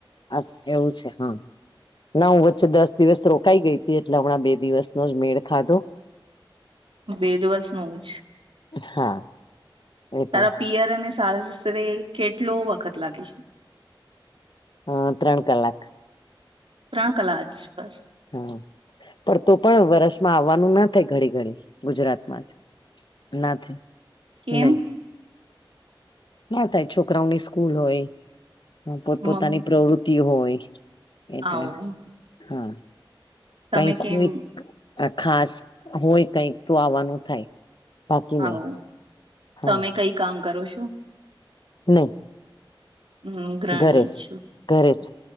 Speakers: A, on the left (about 60°); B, on the right (about 85°).
A: અછ એવું છે, હા ના હું વચ્ચે દસ દિવસ રોકાઈ ગઈ હતી એટલે હમણાં બે દિવસનો જ મેળ ખાધો <unintelligible>
B: બે દિવસ નુ જ.
A: હા. એટલે
B: તારા પિયર અને સાસરે કેટલો વખત લાગે છે.
A: હ ત્રણ કલાક.
B: ત્રણ કલા જ બસ.
A: હા પણ તો પણ વરસમાં આવવાનું ના થાય ઘડી ઘડી ગુજરાતમાં જ ના થ
B: કેમ
A: નહી ના થાય છોકરાઓની સ્કૂલ હોય પોત પોતાની
B: મમ
A: પ્રવૃતિ હોય એટલે
B: આવો
A: હા.
B: તમે
A: કઈક
B: કેમ
A: હોય ખાસ હોય કઈક તો આવવાનું થાય. બાકી નહી.
B: આવો
A: હા
B: તમે કઈ કામ કરો છો?
A: નહી
B: હમ ગ્રણી
A: ઘરેજ
B: જ છું,
A: ઘરે જ.